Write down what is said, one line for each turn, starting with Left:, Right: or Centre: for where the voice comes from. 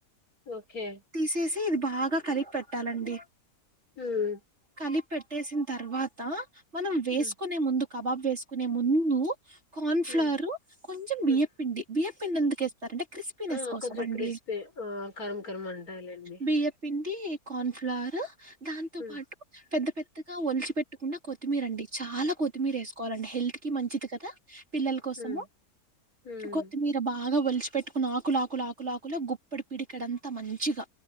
Left: ఓకే
Right: తీసేసి ఇది బాగా కలిపట్ పెట్టాలండి
Left: ఉమ్
Right: కలి పెట్టేసిన తర్వాత మనం వేసుకునే
Left: ఉమ్
Right: ముందుకు కబాబ్ వేసుకునే ముందు కార్న్ఫ్లర్
Left: ఉమ్
Right: కొంచెం బియ్యపిిండి
Left: ఉమ్
Right: బియ్యపిిండి ఎందుకుేస్తారంటే క్రిస్పీనెస్
Left: ఆ
Right: కోసం
Left: కొంచెం
Right: అండి
Left: క్రిస్పీ ఆ కరం కరం అంటాయిలేండి
Right: బియ్యపిిండి కార్న్ఫ్లవర్ దాంతో
Left: ఉమ్
Right: పాటు పెద్ద పెద్దగా ఒలిచి పెట్టుకుండా కొత్తిమీర అండి చాలా కొత్తిమీర వేసుకోవాలండి హెల్త్ కి మంచిది కదా పిల్లల కోసము
Left: ఉమ్ ఉమ్
Right: కొత్తిమీర బాగా వలిచి పెెట్టుకున్న ఆకులా ఆకులు ఆకులా ఆకుల గుప్పడి పిడికడంతా మంచి శక్షికగా